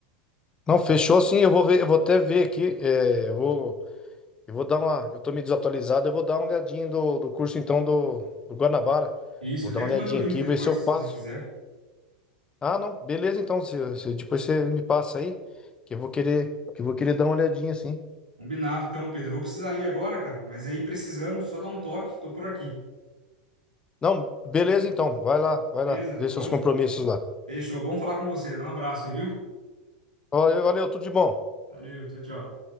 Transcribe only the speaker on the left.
Não, fechou sim, eu vou ver, eu vou até ver aqui, é, eu vou, eu vou dar uma, eu tô meio desatualizado, eu vou dar uma olhadinha do, do curso então do, do Guanabara.
Vou
dar uma
olhadinha
aqui,
ver se eu
passo.
Ah, não. Beleza, então. Se, se- depois você me passa aí, que eu vou querer, que eu vou querer dar uma olhadinha, assim.
Não, beleza, então. Vai lá, vai
lá. Vê seus
compromissos lá.
Valeu, valeu, tudo de bom.